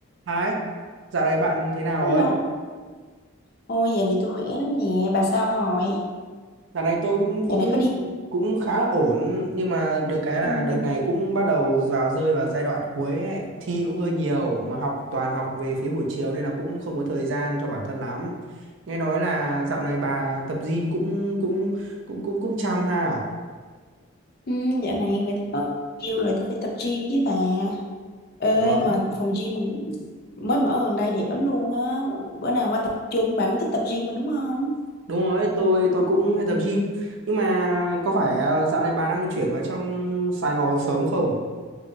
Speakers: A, on the right; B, on the left.
A: Hai, dạo này bạn thế nào
B: Hello.
A: ấy?
B: Ôi, dạo này tôi khỏe lắm nè. Bà sao rồi?
A: Dạo này tôi cũng
B: Dạo
A: cũng
B: này có đi...
A: cũng khá là ổn nhưng mà được cái là
B: Ừ,
A: đợt này cũng bắt đầu vào rơi vào giai đoạn cuối ấy. Thi cũng hơi nhiều mà học toàn học về phía buổi chiều nên là cũng không có thời gian cho bản thân lắm. Nghe nói là dạo này bà tập gym cũng cũng cũng cũng cũng chăm ha. à?
B: ừ, dạo này người ta có yêu rồi, tôi phải tập gym với bà. Ê,
A: Ủa,
B: mà phòng gym mới mở gần đây đẹp lắm luôn á. Bữa nào qua tập chung, bà cũng thích tập gym mà đúng không?
A: đúng rồi, tôi tôi cũng hay tập gym. Nhưng mà có phải ờ, dạo này bà đang chuyển vào trong Sài Gòn sớm không?